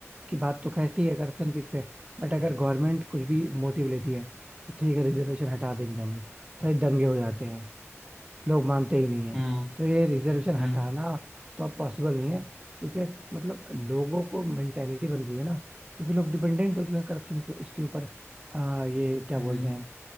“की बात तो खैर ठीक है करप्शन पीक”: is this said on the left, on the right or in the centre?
Right